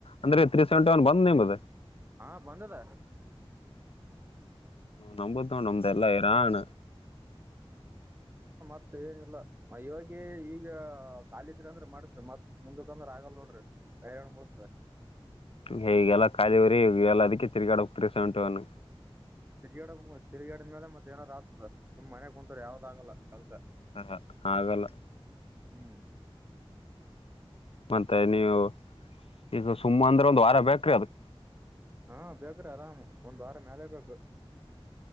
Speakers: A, on the left; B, on the right.
A: ಅಂದ್ರೆ ತ್ರೀ ಸೆವೆಂಟಿ ಒನ್ ಬಂದದ ನಿಮ್ದ
B: ಹಾ ಬಂದದ
A: ನಂಬುದ ನೋಡ ನಮ್ದ ಎಲ್ಲ ಹೈರಾಣ
B: ಮತ್ತ ಏನಿಲ್ಲ ಇವಾಗ ಈಗ ಖಾಲಿದ್ರಿ ಅಂದ್ರ ಮಾಡಸ್ರಿ ಮತ್ ಮುಂದಕ ಅಂದ್ರ ಆಗಲ್ ನೋಡ್ರಿ ಹೈರಾಣ ಬುಳುತದ
A: ಹೀಗೆಲ್ಲಾ ಖಾಲಿ ಇವ್ರಿ ಎಲ್ಲ ಅದಕ್ಕೆ ತಿರ್ಗಾಡಬೇಕ ತ್ರಿ ಸೆವೆಂಟಿ ಒನ್
B: ತಿರ್ಗಾಡಬೇಕ ತಿರುಗಾಡಿದ ಮೇಲೆ ಮತ್ತ ಏನರ ಆತದ ಸುಮ್ನ ಮನ್ಯಾಗ ಕುಂತರ ಯಾವ್ದ್ ಆಗಲ್ಲ ಕೆಲ್ಸ
A: ಹ ಹ ಆಗಲ್ಲ
B: ಹ್ಮ್
A: ಮತ್ತೆ ನೀವು ಈಗ ಸುಮ್ಮ ಅಂದ್ರ ಒಂದ್ ವಾರ ಬೇಕ್ರಿ ಅದಕ್
B: ಹಾ ಬೇಕ್ರಿ ಆರಾಮ್ ಒಂದ್ ವಾರ ಮ್ಯಾಲೇ ಬೇಕು